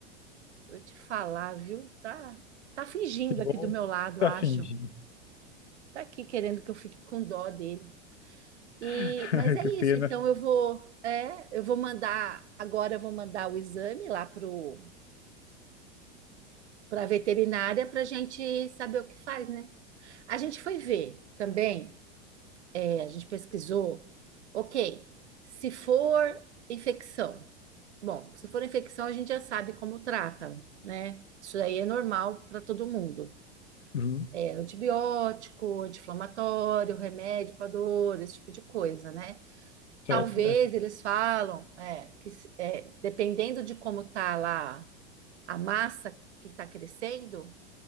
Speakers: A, on the right (about 80°); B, on the left (about 85°).
A: Eu te falar, viu? Tá, tá fingindo
B: Que bom.
A: aqui do meu lado,
B: Tá
A: acho.
B: fingindo.
A: Tá aqui querendo que eu fique com dó dele. E,
B: <laughs>
A: mas é
B: Que
A: isso,
B: pena.
A: então eu vou, é, eu vou mandar, agora eu vou mandar o exame lá pro para a veterinária para a gente saber o que faz, né? A gente foi ver também, é, a gente pesquisou, ok, se for infecção, bom, se for infecção a gente já sabe como trata, né? Isso aí é normal para todo mundo.
B: Uhum,
A: É antibiótico, anti-inflamatório, remédio para dor, esse tipo de coisa, né?
B: certo,
A: Talvez
B: é.
A: eles falam é, que se- é, dependendo de como tá lá a massa que está crescendo,